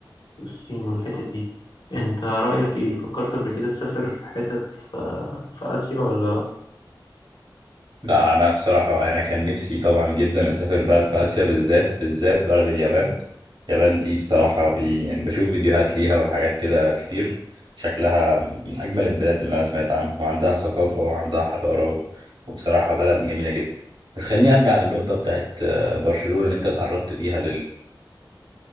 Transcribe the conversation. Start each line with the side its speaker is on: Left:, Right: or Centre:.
Left: والصين والحتت دي أنت رأيك إيه؟ فكرت قبل كده تسافر حتت في... في آسيا ولا لأ؟
Right: لا انا بصراحه انا كان نفسي طبعا جدا اسافر بلد في اسيا بالذات بالذات بلد اليابان اليابان دي بصراحه بي يعني بشوف فيديوهات ليها وحاجات كده كتير شكلها من اجمل البلاد اللي انا سمعت عنها وعندها ثقافه وعندها حضاره و- وبصراحه بلد جميله جدا بس خليني ارجع للنقطه بتاعت آه، برشلونه اللي انت تعرضت فيها